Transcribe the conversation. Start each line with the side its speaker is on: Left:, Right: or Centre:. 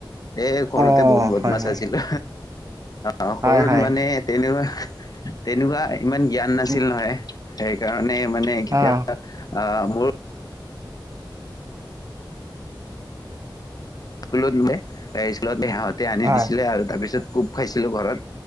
Left: এ সৰুতে
Right: অঁ
Left: বহুত বদৰ্মাচ
Right: হয় হয়
Left: আছিলো। অঁ সৰু
Right: হয়
Left: সৰু
Right: হয়
Left: মানে তেনেকুৱা উ তেনেকুৱা ইমান জ্ঞান নাছিল
Right: উম,
Left: নহয়। সেইকাৰণে মানে কেতিয়াবা
Right: অঁ
Left: অঁ মোৰ স্কুলত স্কুলত মানে তাতে আনি
Right: হয়
Left: দিছিলে আৰু তাৰপিছত কোব খাইছিলো ঘৰত